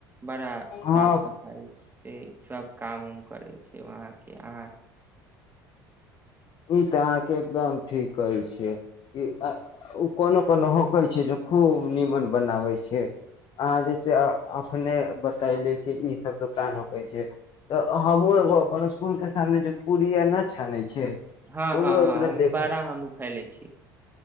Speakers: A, on the right (about 20°); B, on the left (about 45°).
A: बड़ा
B: हँ
A: साफ सफाइ से सब काम उम करै छै वहााँके अहाँ
B: ई तऽ अहाँके एकदम ठीक कहैत छियै कि ओ कोनो कोनो होकै छै जे खूब नीमन बनाबैत छै अहाँ जैसे एखने बतयली कि ईसभ दोकान होकै छै तऽ हमहूँ एगो अपन इसकुलके सामने जे पूड़ी य नहि छानैत छै
A: हँ
B: तऽ
A: हँ
B: उह
A: हँ
B: ओकरा
A: ओहिमे
B: देख
A: बारह हम खाय ले छी